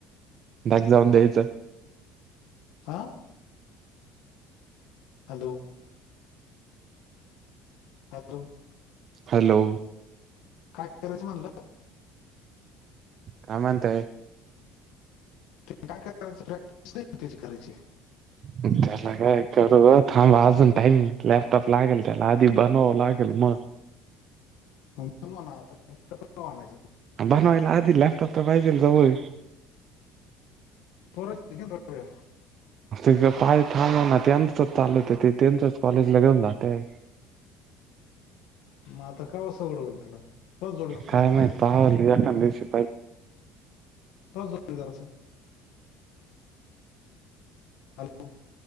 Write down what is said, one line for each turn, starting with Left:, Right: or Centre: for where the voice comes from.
Right: बॅक जाऊन द्यायचं-
Left: हा. हॅलो! हॅलो.
Right: हॅलो.
Left: काय कारायचं म्हणलं.?
Right: काय म्हणताय.?
Left: ते काय करायच प्रॅक्टिस नाही का त्याची करायची?
Right: त्याला काय करू, थांब अजून टाईम य, लॅपटॉप लागेल त्याला आधी बनवावं लागेल मग-
Left: मग बनवा ना आ- -आणायचं.
Right: बनवायला आधी लॅपटॉप तर पायजेल जवळ-
Left: <unintelligible>
Right: ह पाय थांम हो ना त्यांचच चालत ते, त्यांचच कॉलेज ला घेऊन जातय.
Left: मग आता कवा सवड होईल तुला? तोच जोडीदाराचं
Right: काय माहित,
Left: आहे
Right: पहाव एकांदिवशी
Left: <unintelligible> हॅलो.